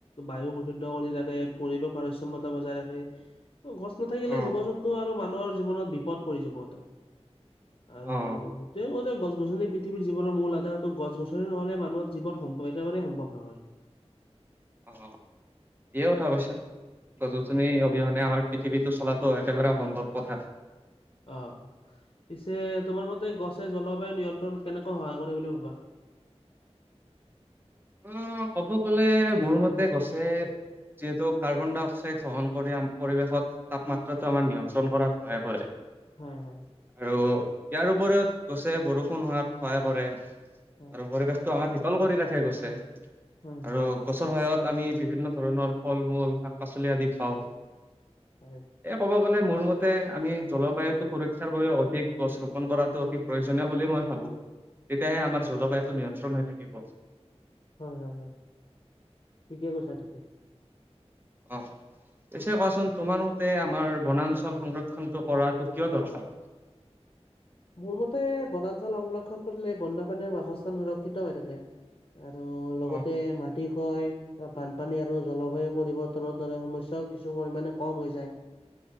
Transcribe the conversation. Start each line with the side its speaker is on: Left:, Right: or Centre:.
Left: বায়ু বিশুদ্ধ কৰি যাতে পৰিৱেশ ভাৰসাম্যতা বজাই ৰাখে। অ' গছ নাথাকিলে
Right: অ',
Left: জীৱ-জন্তু আৰু মানুহৰ জীৱনত বিপদ পৰি যাব এটা। আৰু
Right: অ',
Left: গোটেই কওঁ যে গছ-গছনি পৃথিৱীৰ জীৱনৰ মূল আধাৰ তো গছ-গছনি নহ'লে মানুহ জীৱন সম্ভ একেবাৰে সম্ভৱ নহয়।
Right: অ' ঠিকে কথা কৈছা। গছ-গছনি অবিহনে আমাৰ পৃথিৱীতো চলাটো একেবাৰে অসম্ভৱ কথা।
Left: অ' পিছে তোমাৰ মতে গছে জলবায়ু নিয়ন্ত্ৰণত কেনেকৈ সহায় কৰে বুলি ভবা?
Right: অ' ক'ব গ'লে মোৰ মতে গছে যিহেতু কাৰ্বন ডাই অক্স- অক্সাইড গ্ৰহণ কৰে, পৰিৱেশত তাপমাত্ৰাটো আমাৰ নিয়ন্ত্ৰণ কৰাত সহায় কৰে।
Left: হয় হয়।
Right: আৰু ইয়াৰ উপৰিও গছে বৰষুণ হোৱাত সহায় কৰে।
Left: হয়,
Right: আৰু পৰিৱেশটো আমাৰ শীতল কৰি ৰাখে গছে।
Left: হয়, হয়,
Right: আৰু- গছৰ সহায়ত আমি বিভিন্ন ধৰণৰ ফল-মূল, শাক-পাচলি আদি পাওঁ।
Left: হয়।
Right: এই ক'ব গ'লে মোৰ মতে আমি জলবায়ুটো সুৰক্ষাৰ বাবে অধিক গছ ৰোপন কৰা। ত অতি প্ৰয়োজনীয় বুলি মই ভাবো, তেতিয়াহে আমাৰ জলবায়ুটো নিয়ন্ত্ৰণ হৈ থাকিব।
Left: হয় হয় হয়, ঠিকে কৈছা তুমি।
Right: অ' পিছে কোৱাচোন তোমাৰ মতে আমাৰ বনাঞ্চল সংৰক্ষণটো কৰাটো কিয় দৰকাৰ?
Left: মোৰ মতে বনাঞ্চল সংৰক্ষণ কৰিলে বণ্য-প্ৰানীৰ বাসস্থান সুৰক্ষিত হৈ থাকে। আৰু লগতে
Right: অ
Left: মাটি কয় বা বানপানী আৰু জলবায়ু পৰিৱৰ্তনৰ দৰে সমস্যা ত কিছু পৰিমাণে কম হৈ যায়।